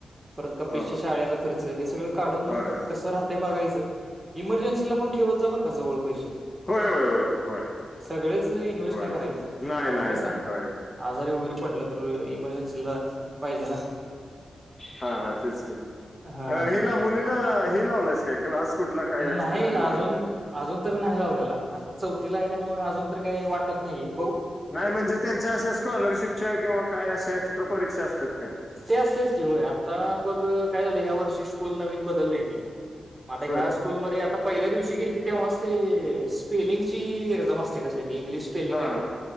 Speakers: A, on the right (about 15°); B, on the left (about 35°).
A: परत कपीसच्या
B: हो हो
A: शाळेचा खर्च, हे सगळं काढून
B: होय
A: मग कसं राहतय बघायचं. ह <unintelligible> इमर्जन्सीला पण ठेवत जा बर का जवळ पैसे.
B: होय होय होय होय होय
A: सगळेच इन्व्हेस्ट
B: होय
A: नाही करायचे
B: नाही
A: कारण
B: नाही
A: कस आहे
B: नाही होय
A: आजारी वगैरे. पडलत. होय इमर्जन्सी ला. पाहिजे ना.
B: हा हा तेच की
A: हा.
B: अ हेला मुलींना हे तू लावलाईस काय क्लास कुठला काय एक्स्ट्रा
A: नाही
B: केलाय
A: अजून अजून तर नाही लावल्याला आता चौथीला आहे त्यामुळे अजून तर काही वाटत नाहीये ये
B: नाही म्हणजे त्यांच्या अशा स्कॉलरशिपच्या किंवा काय अशा एक्स्ट्र परीक्षा असतात काय
A: ते असतेच की होय आता बघ काय झालं ह्या वर्षी स्कूल नवीन बदललेय मी मग आता
B: बर
A: ह्या स्कूलमध्ये आता पहिल्या दिवशी गेली त तेव्हाच ती स्पेलिंग ची एक्झाम असते कस ते इंग्लिश स्पेलिंग
B: हां
A: आहेत
B: हां
A: ना